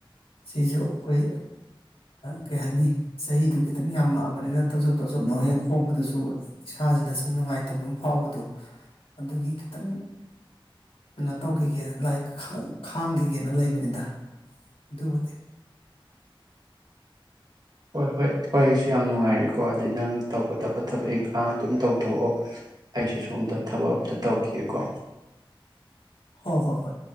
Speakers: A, on the left; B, on the right.
A: ꯁꯤꯁꯨ ꯑꯩꯈꯣꯏ ꯀꯩ ꯍꯥꯏꯅꯤ ꯆꯍꯤꯗꯨ ꯈꯤꯇꯪ ꯌꯥꯝꯃꯛꯑꯕꯅꯤꯅ ꯇꯧꯖꯣꯞ ꯇꯧꯖꯣꯞꯅ ꯍ ꯍꯣꯡꯕꯗꯨꯁꯨ ꯏꯁꯥꯁꯤꯗ ꯁꯨꯝ ꯅꯨꯡꯉꯥꯏꯇꯕ ꯑꯃ ꯐꯥꯎꯕꯗꯣ ꯑꯗꯨꯒꯤ ꯈꯤꯇꯪ ꯀꯩꯅꯣ ꯇꯧꯈꯤꯒꯦ ꯂꯥꯏꯔꯤꯛ ꯈꯥꯡꯈꯤꯒꯦꯅ ꯂꯩꯕꯅꯤꯗ ꯑꯗꯨꯕꯨꯗꯤ
B: ꯍꯣꯏ ꯍꯣꯏ ꯍꯣꯏ ꯑꯩꯁꯨ ꯌꯥꯝ ꯅꯨꯡꯉꯥꯏꯔꯤꯀꯣ ꯑꯗꯨꯗꯤ ꯅꯪ ꯇꯧꯒꯗꯕ ꯊꯕꯛ ꯏꯪꯈꯥꯡ ꯑꯗꯨꯝ ꯇꯧꯊꯣꯛꯑꯣ ꯑꯩꯁꯨ ꯁꯣꯝꯗ ꯊꯕꯛ ꯑꯝꯇ ꯇꯧꯈꯤꯒꯦ ꯀꯣ
A: ꯍꯣꯏ ꯍꯣꯏ ꯍꯣꯏ